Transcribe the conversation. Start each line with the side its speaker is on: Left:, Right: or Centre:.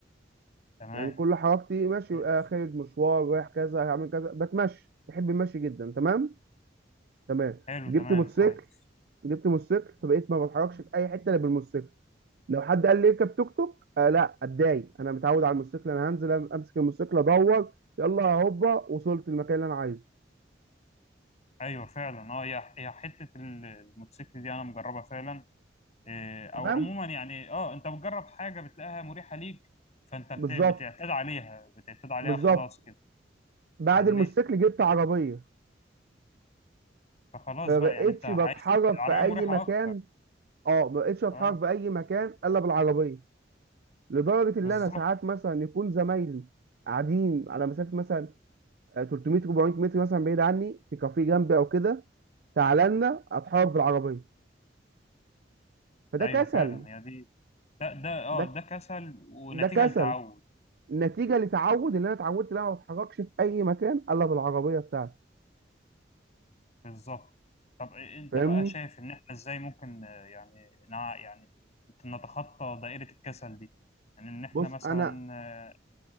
Left: تمام
Right: يعني كل حركتي مشي
Left: كويس
Right: آه، خارج مشوار رايح كذا هعمل كذا بتمشي بحب المشي جدا تمام تمام
Left: حلو
Right: جبت
Left: تمام
Right: موتوسيكل
Left: كويس
Right: جبت موتوسيكل فبقيت ما بتحركش في أي حتة إلا بالموتوسيكل لو حد قال لي اركب توك توك آه لا اتضايق انا متعود على الموتوسيكل انا هنزل امسك الموتوسيكل ادور يلا هوبا وصلت المكان اللي انا عايزه
Left: ايوه فعلا اه هي هي حتة ال- الموتوسيكل دي انا مجربها فعلا إيه، او
Right: تمام
Left: عموما يعني اه انت بتجرب حاجة بتلاقيها مريحة ليك فانت بت-
Right: بالظبط
Left: بتعتاد عليها بتعتاد عليها
Right: بالظبط
Left: خلاص كده
Right: بعد
Left: فاهمني؟
Right: الموتوسيكل جبت عربيه
Left: فخلاص
Right: فما
Left: بقى
Right: بقتش
Left: يعني انت عايز
Right: بتحرك
Left: العربية
Right: في اي
Left: مريحة
Right: مكان
Left: اكتر
Right: اه ما بقتش اتحرك
Left: اه
Right: في اي مكان الا بالعربيه لدرجه
Left: بالظبط
Right: ان انا ساعات مثلا يكون زمايلي قاعدين على مسافه مثلا آه، 300 400 متر مثلا بعيد عني في كافيه جنبي او كده تعالى لنا اتحرك بالعربيه فده
Left: ايوه
Right: كسل
Left: فعلا هي دي ده ده اه
Right: ده
Left: ده كسل ونتيجه
Right: ده كسل
Left: لتعود
Right: نتيجه لتعود اللي انا اتعودت ان انا ما بتحركش في اي مكان الا بالعربيه بتاعتي
Left: بالظبط طب انت
Right: فاهمني
Left: بقى شايف ان احنا ازاي ممكن آه، يعني نع- يعني نتخطى دائره الكسل دي يعني ان احنا
Right: بص
Left: مثلا
Right: انا
Left: آه،